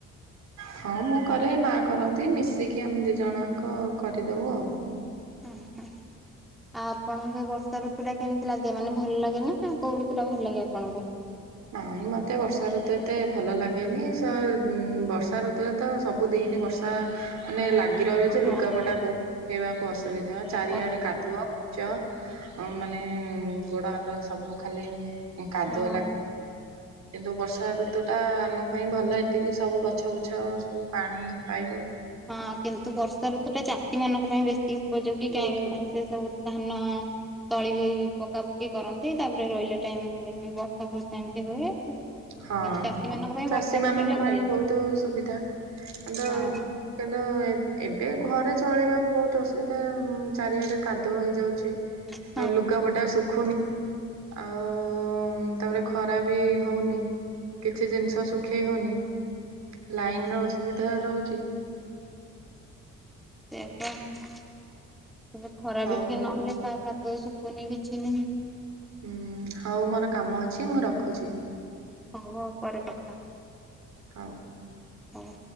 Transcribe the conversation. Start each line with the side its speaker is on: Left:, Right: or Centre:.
Right: ହଁ ମୁଁ କରେ ମା କରନ୍ତି ମିଶିକି ଆମେ ଦି ଜଣଙ୍କ କରିଦବ ଆଉ।
Centre: ହଁ ହଁ। ଆଉ ଆପଣଙ୍କୁ ଏଇ ବର୍ଷା ଋତୁ ଟା କେମିତି ଲାଗେ ମାନେ ଭଲ ଲାଗେ ନା ନା କୋଉ ଋତୁ ଟା ଭଲ ଲାଗେ ଆପଣଙ୍କୁ?
Right: ନାଇଁ ମତେ ବର୍ଷା ଋତୁ ଏତେ ଭଲ ଲାଗେନି ସ ଉ ବର୍ଷା ଋତ ତ ସବୁ ଦିନ ବର୍ଷା ମାନେ ଲାଗି ରହିବ।
Centre: ହଁ।
Right: ଲୁଗାପଟା ସୁଖେଇବାକୁ ଅସୁବିଧା ଚାରିଆଡେ
Centre: ଅସୁବିଧା
Right: କାଦୁଅ ଚ ମାନେ ଗୋଡ ହାତ ସବୁ ଖାଲି କାଦୁଅଲା।
Centre: ହଁ।
Right: କିନ୍ତୁ ବର୍ଷା ଋତୁଟା ଆମ ପାଇଁ ଭଲ ଏତିକି ସବୁ ଗଛବୁଛ ସବୁ ପାଣି ପାଇବ।
Centre: ହଁ କିନ୍ତୁ ବର୍ଷା ଋତୁ ଟା ଚାଷୀ ମାନଙ୍କ ପାଇଁ ବେଶୀ ଉପଯୋଗୀ
Right: ବହୁତ
Centre: କାହିଁକି ନା। ସେ ସବୁ ଧାନ ତଳି ବି ପକାପକି କରନ୍ତି ତାପରେ ରହିଲା ଟାଇମରେ ବି ସ ଫର୍ଷା ଏମିତି ହୁଏ। କିନ୍ତୁ
Right: ହଁ
Centre: ଚାଷୀ ମାନଙ୍କ ପାଇଁ
Right: ଚାଷୀ
Centre: ବର୍ଷା
Right: ମାନଙ୍କ
Centre: ପକେଇଲେ
Right: ପାଇଁ
Centre: ଭଲ
Right: ବହୁତ ସୁବିଧା କିନ୍ତୁ
Centre: ହଁ
Right: କିନ୍ତୁ ଏବେ ଘରେ ଚଳିବାକୁ ବହୁତ ଅସୁବିଧା ଚାରିଆଡେ କାଦୁଅ ହେଇଯାଉଛି।
Centre: ହ। <inaudible>
Right: ଲୁଗାପଟା ଶୁଖୁନି ଆଉ ତାପରେ ଖରା ବି ହଉନି। କିଛି ଜିନିଷ ଶୁଖେଇ ହଉନି
Centre: ହଁ
Right: ଲାଇନ ର ଅସୁବିଧା ରହୁଛି।
Centre: ସେ ତ ଏବେ ଖରା
Right: ହଉ
Centre: ବି ଟିକେ ନହେଲେ କା କାଦୁଅ ଶୁଖୁନି କିଛି ନାହିଁ।
Right: ହୁଁ ହଉ ମୋର କାମ ଅଛି ମୁଁ ରଖୁଛି।
Centre: ହଁ ହଉ ପରେ କଥା ହେବା।
Right: ହଉ।
Centre: ହଁ।